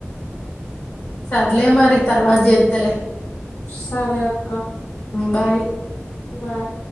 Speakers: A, on the left; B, on the left.
A: సర్లే మరి తర్వాత చేత్తలే
B: సరే అక్క
A: బాయ్
B: బాయ్